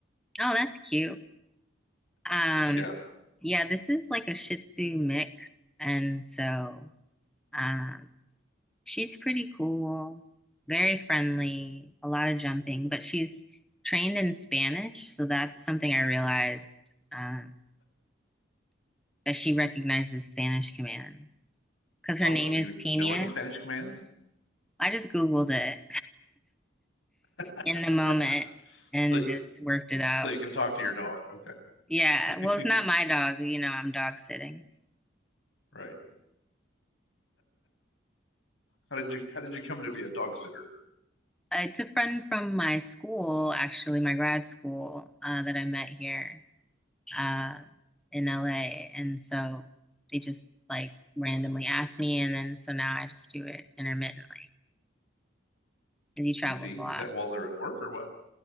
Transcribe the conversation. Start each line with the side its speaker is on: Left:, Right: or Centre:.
Centre: Oh, that's cute. Um,
Left: Yeah.
Centre: yeah, this is like a Shih Tzu mix, and so um she's pretty cool, very friendly,
Left: yeah.
Centre: a lot of jumping, but she's trained in Spanish, so that's something I realized um that she recognizes Spanish commands because her
Left: Oh,
Centre: name
Left: do
Centre: is
Left: you
Centre: Pina.
Left: know any Spanish commands?
Centre: I just Googled it.
Left: <laughs>
Centre: in the moment and
Left: So
Centre: just worked it out.
Left: so you can talk to your dog.
Centre: Yeah,
Left: Okay.
Centre: well, it's not
Left: <laughs>
Centre: my dog, you know, I'm dog sitting.
Left: Right. How did you how did you come to be a dog sitter?
Centre: Uh, It's a friend from my school, actually, my grad school, uh, that I met here uh, in LA. And so they just like randomly asked me, and then so now I just do it intermittently because he travels
Left: I see.
Centre: a lot.
Left: Is that while they're at work or what?